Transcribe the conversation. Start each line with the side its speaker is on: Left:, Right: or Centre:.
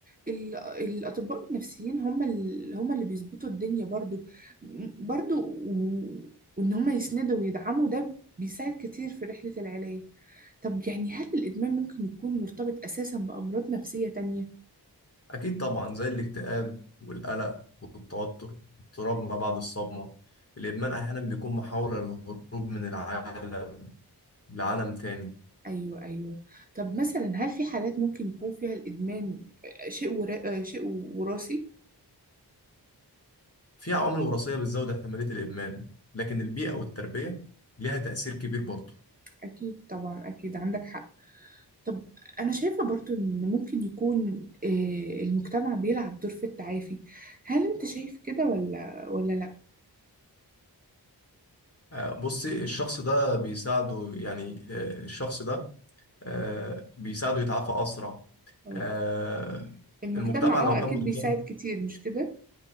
Right: ال- الاطباء النفسيين هم اللي هم اللي بيظبطوا الدنيا برضو برضو و- وان هم يسندوا ويدعموا ده بيساعد كتير في رحله العلاج طب يعني هل الادمان ممكن يكون مرتبط اساسا بامراض نفسيه تانية
Left: أكيد طبعا زي الاكتئاب والقلق والتوتر اضطراب ما بعد الصدمة الإدمان أحيانا بيكون محاولة للهروب من العالم لعالم تاني
Right: ايوه ايوه طب مثلا هل في حالات ممكن يكون فيها الادمان شيء ورا... شيء وراثي
Left: في عوامل وراثية بتزود احتمالية الإدمان لكن البيئة والتربية ليها تأثير كبير برضه
Right: اكيد طبعا اكيد عندك حق طب انا شايفه برضو ان ممكن يكون آه، المجتمع بيلعب دور في التعافي هل انت شايف كده ولا ولا لا
Left: آه، بصي الشخص ده بيساعده يعني آه، الشخص ده آه، بيساعده يتعافى أسرع
Right: اه
Left: آه،
Right: المجتمع
Left: المجتمع لو
Right: اه
Left: كان
Right: اكيد
Left: متفاهم
Right: بيساعد كتير مش كده